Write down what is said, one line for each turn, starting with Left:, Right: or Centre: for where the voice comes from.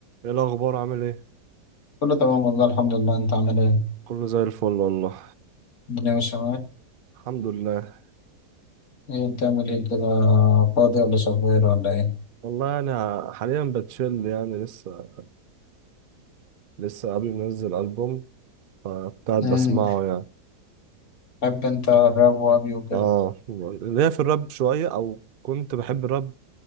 Right: ايه الاخبار عامل ايه
Left: كله تمام والله الحمد لله انت عامل ايه
Right: كله زي الفل والله
Left: الدنيا ماشية معاك
Right: الحمد لله
Left: ايه بتعمل ايه كده فاضي ولا شغال ولا ايه
Right: والله انا حاليا بتشيل يعني لسه لسه قبل ما انزل البوم فكنت قاعد
Left: امم
Right: بسمعه يعني
Left: بحب انت الراب وابي وكده
Right: اه ليا في الراب شويه او كنت بحب الراب